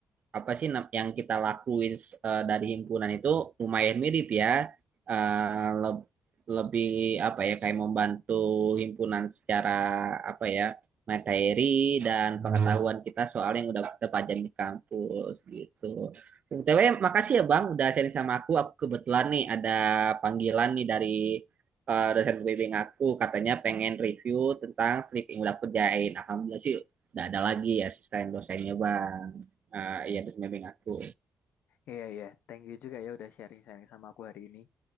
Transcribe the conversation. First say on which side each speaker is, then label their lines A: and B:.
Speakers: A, on the right; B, on the left.
A: apa sih nam- yang kita lakuin eh, dari himpunan itu lumayan mirip ya Eh, le- lebih apa ya kayak membantu himpunan secara apa ya materi dan Hmm. pengetahuan kita soal yang udah kita pelajari di kampus gitu. BTW, makasih ya Bang udah sharing sama aku. Aku kebetulan nih ada panggilan nih dari eh, dosen pembimbing aku katanya pengen review tentang slip yang udah aku kerjain. Alhamdulillah sih Nggak ada lagi asisten dosennya bang. Ah, iya dosen bimbing aku.
B: Iya iya, thank you juga ya udah sharing-sharing sama aku hari ini.